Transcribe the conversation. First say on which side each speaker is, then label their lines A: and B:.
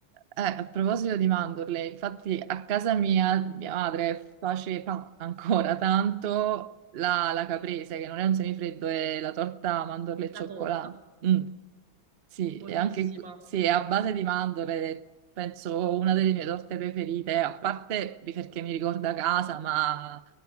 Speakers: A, on the right (about 85°); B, on the right (about 70°).
A: a proposito di mandorle, infatti a casa mia, mia madre faceva ancora tanto la, la caprese, che non è un semifreddo, è la torta mandorle e
B: La
A: cioccolato.
B: torta,
A: Mm. Sì,
B: buonissima.
A: e anche qui- sì, è a base di mandorle, penso una delle mie torte preferite, a parte di perché mi ricorda casa, ma